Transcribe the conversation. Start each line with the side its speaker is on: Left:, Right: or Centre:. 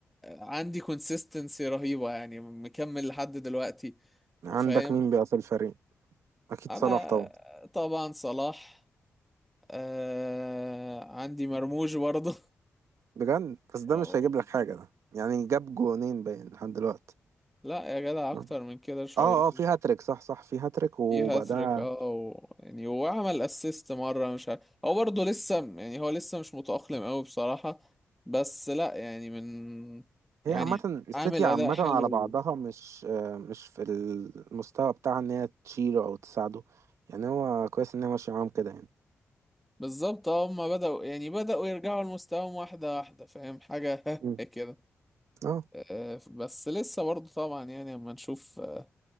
Centre: عندي كونسيستنسي رهيبة يعني مكمل لحد دلوقتي وفاهم
Right: عندك مين بقى في الفريق اكيد
Centre: انا
Right: صلاح طبعا
Centre: طبعا صلاح آه عندي مرموش برضه <laughs>
Right: بجد بس ده
Centre: أوه.
Right: مش هيجيب لك حاجه ده يعني جاب جونين باين لحد دلوقتي
Centre: لا يا جدع اكتر
Right: مم.
Centre: من كده شوية
Right: اه اه في هاتريك صح صح في هاتريك وبعدها
Centre: في هاتريك اه و... يعني هو عمل اسيست مره مش عارف هو برضه لسه م- يعني هو لسه مش متأقلم قوي بصراحه بس لا يعني من
Right: هي
Centre: يعني
Right: عامة السيتي
Centre: عامل اداء
Right: عامة
Centre: حلو
Right: على
Centre: ال-
Right: بعضها مش آه، مش في المستوى بتاعها ان هي تشيله او تساعده يعني هو كويس ان هي ماشية معاهم كده يعني
Centre: بالظبط اه هما بدأوا يعني بدأوا يرجعوا لمستواهم واحده واحده فاهم حاجه
Right: مم.
Centre: <laughs> كده
Right: اه
Centre: آه، بس لسه برضه طبعا يعني اما نشوف آه،